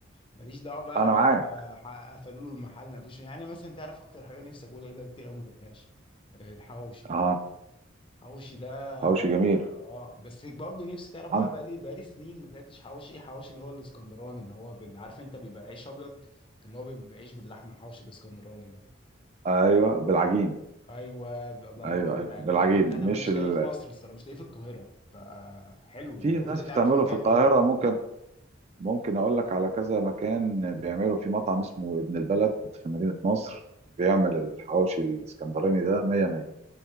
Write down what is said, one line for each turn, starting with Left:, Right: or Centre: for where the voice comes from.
Left: ماليش دعوه بقى
Right: أنا معاك
Left: هو ح- قفلوا له المحل ما فيش يعني مثلا تعرف اكتر حاجه نفسك اقول ايه بقى كتير قوي ما اكلتهاش آه، الحواوشي
Right: أه
Left: الحواوشي ده
Right: حواوشي
Left: اه
Right: جميل
Left: بس برضه نفسي تعرف
Right: عند
Left: بقى بقى لي بقى لي سنين ما اكلتش حواوشي حواوشي اللي هو الاسكندراني اللي هو بال... عارف انت بيبقى عيش ابيض اللي هو بيبقى عيش باللحمه الحواوشي الاسكندراني ده
Right: أيوه بالعجين
Left: ايوه الله
Right: أيوه
Left: ينور راجل
Right: أيوه
Left: عجين
Right: بالعجين
Left: انا انا
Right: مش
Left: مش
Right: ال...
Left: لاقيه في مصر الصراحه مش لاقيه في القاهره فحلو
Right: في
Left: لو
Right: ناس
Left: انت تعرف
Right: بتعمله
Left: مكان
Right: في القاهرة
Left: قول لي
Right: ممكن ممكن اقول لك على كذا مكان بيعملوا في مطعم اسمه ابن البلد في مدينة نصر بيعمل الحواوشي الاسكندراني ده مية مية